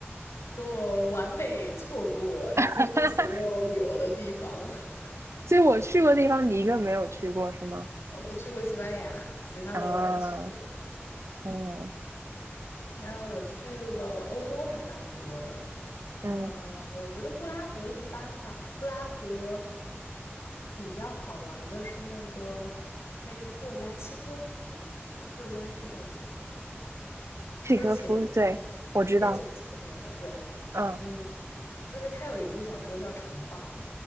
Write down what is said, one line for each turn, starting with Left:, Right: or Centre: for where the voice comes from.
Left: 跟我完美错过几乎所有旅游的地方。
Right: <laughs>
Left: <laughs>
Right: 所以我去过的地方，你一个没有去过是吗？
Left: 我去过西班牙，其他都没有去过。
Right: 啊，嗯
Left: 那我去了欧洲还蛮多的，呃，
Right: 嗯，
Left: 我觉得布拉格一般吧。布拉格比较好玩儿的是那个那个作家契科，哎，那个作家是叫契科夫，
Right: 契诃夫，
Left: 就是写变形
Right: 对，我知道，
Left: 变形记的那个，对，
Right: 嗯
Left: 嗯，就是他有一部小说叫《城堡》，